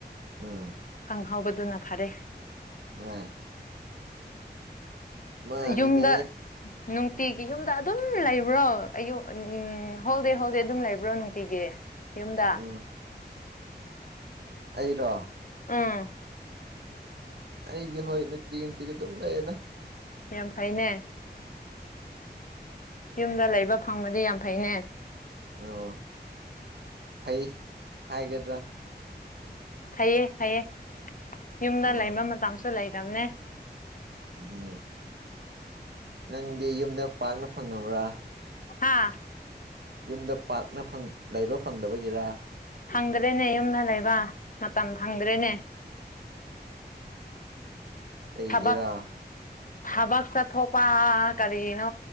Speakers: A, on the right (about 70°); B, on the left (about 50°).
A: ꯑꯥ
B: ꯈꯪꯍꯧꯕ ꯑꯗꯨꯅ ꯐꯔꯦ
A: ꯑ <inaudible> ꯃꯥꯅꯤꯅꯦ
B: ꯌꯨꯝꯗ ꯌ <inaudible> ꯅꯨꯡꯇꯤꯒꯤ ꯌꯨꯝꯗ ꯑꯗꯨꯝ ꯂꯩꯕ꯭ꯔꯣ ꯑꯌꯨ ꯎꯝ ꯍꯣꯜꯗꯦ ꯍꯣꯜꯗꯦ ꯑꯗꯨꯝ ꯂꯩꯕ꯭ꯔꯣ ꯅꯨꯡꯇꯤꯒꯤ ꯌꯨꯝꯗ
A: ꯎꯝ ꯑꯩꯔꯣ
B: ꯎꯝ
A: ꯑꯩꯗꯤ ꯍꯣꯏ ꯅꯨꯡꯇꯤꯒꯤ ꯅꯨꯡꯇꯤꯒꯤ ꯑꯗꯨꯝ ꯂꯩꯌꯦꯗ
B: ꯃꯌꯥꯝ ꯐꯩꯅꯦ ꯌꯨꯝꯗ ꯂꯩꯕ ꯐꯪꯕꯗꯤ ꯌꯥꯝ ꯐꯩꯅꯦ
A: ꯑꯣ ꯐꯩ ꯍꯥꯏꯒꯗ꯭ꯔꯥ
B: ꯐꯩꯌꯦ ꯐꯩꯌꯦ ꯌꯨꯝꯗ
A: ꯎꯝ
B: ꯂꯩꯕ ꯃꯇꯝꯁꯨ ꯂꯩꯗꯕꯅꯦ
A: ꯎꯝ ꯅꯪꯗꯤ ꯌꯨꯝꯗ ꯄꯥꯛꯅ ꯐꯪꯅꯕ꯭ꯔꯥ
B: ꯍꯥꯥ
A: ꯌꯨꯝꯗ ꯄꯥꯛꯅ ꯂꯩꯕ ꯐꯪꯗꯕꯒꯤꯔꯥ
B: ꯐꯪꯗ꯭ꯔꯦꯅꯦ ꯌꯨꯝꯗ ꯂꯩꯕ ꯃꯇꯝ ꯐꯪꯗ꯭ꯔꯦꯅꯦ
A: ꯑꯩꯒꯤꯔꯥ
B: ꯊꯕꯛ ꯊꯕꯛ ꯆꯠꯊꯣꯛꯄ ꯀꯔꯤꯅꯣ